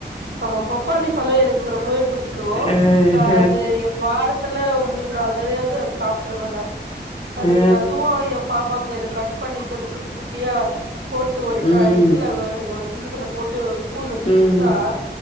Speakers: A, on the right (about 80°); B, on the left (about 30°).
A: ஆமா பப்பாளி பழம் எனக்கு ரொம்பவே பிடிக்கும்
B: ஆஹ
A: நான் அது எ வாரத்துல மூணு நாளு தடையாவது அது சாப்ட்ருவேன்னா அது
B: ஆ
A: அதுவும் என் பாப்பாக்கு இதை கட் பண்ணி கொஞ்சம் குட்டி குட்டியா போட்டு ஒரு
B: ம்
A: ட இதுல இந்த ஒரு கிண்ன த்துல போட்டு ஒரு ஸ்பூன் வச்சு
B: ம்
A: குடுத்தா